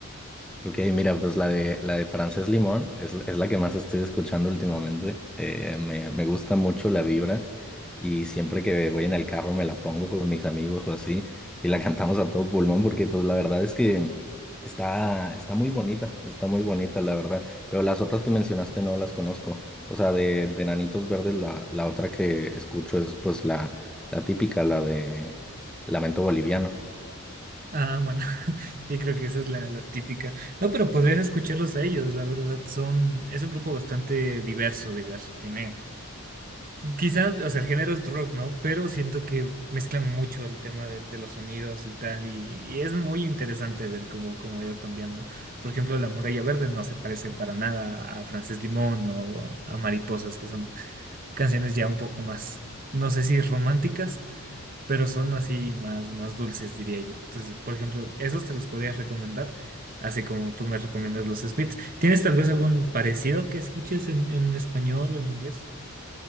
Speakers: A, in the centre; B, on the right.
A: Ok, mira, pues la de, la de Frances Limón es, es la que más estoy escuchando últimamente. Eh, me, me gusta mucho la vibra y siempre que voy en el carro me la pongo con mis amigos o así y la <laughs> cantamos a todo pulmón porque pues la verdad es que está, está muy bonita, está muy bonita la verdad. Pero las otras que mencionaste no las conozco. O sea, de, de Nanitos Verdes la, la otra que escucho es pues la, la típica, la de Lamento Boliviano.
B: Ah, bueno, <laughs> sí, creo que esa es la, la típica. No, pero podrías escucharlos a ellos, la verdad, son, es un grupo bastante diverso, diverso, tiene, quizás, o sea, el género es rock, ¿no? Pero siento que mezclan mucho el tema de, de los sonidos y tal, y, y es muy interesante ver cómo, cómo ha ido cambiando. Por ejemplo, La Muralla Verde no se parece para nada a Frances Limón o a Mariposas, que son canciones ya un poco más, no sé si románticas pero son así más, más dulces, diría yo. Entonces, por ejemplo, esos te los podría recomendar, así como tú me recomiendas los Smiths. ¿Tienes tal vez algún parecido que escuches en, en español o en inglés?